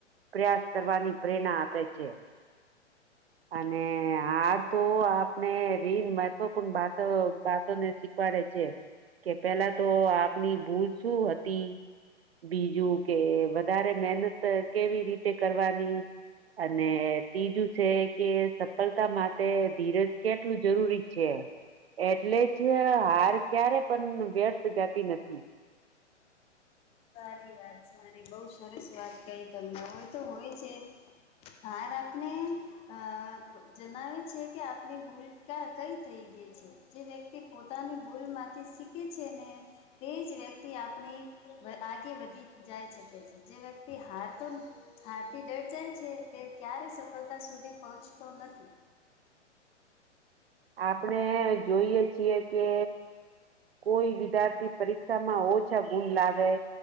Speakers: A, on the right; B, on the left.
A: પ્રયાસ કરવાની પ્રેરણા આપે છે. અને હાર તો આપણે રીન મહત્વપૂર્ણતોને શીખ પાડે છે કે પેલા તો આપની ભૂલ શું હતી બીજું કે વધારે મહેનત કેવી રીતે કરવાની? અને ત્રીજું છે. કે સફળતા માટે ધીરજ કેટલું જરૂરી છે. એટલે જ હાર ક્યારે પણ વ્યર્થ જતી નથી
B: સારી વાત સારી બઉ સરસ વાત કહી તમને હોય તો હોય છે. હાર આપણે અ જણાવે છે કે આપની ભૂલ ક્યાં કઈ થઈ ગઈ છે જે વ્યક્તિ પોતાની ભૂલમાંથી શીખે છે ને તે જ વ્યક્તિ આપણે આગે વધી જાય શકે છે જે વ્યક્તિ હાર તો હાથી ડર જાય છે તે ક્યારે સફળતા સુધી પહોંચતો નથી.
A: આપણે જોઈએ છીએ કે કોઈ વિદ્યાર્થી પરીક્ષામાં ઓછા ગુણ લાવે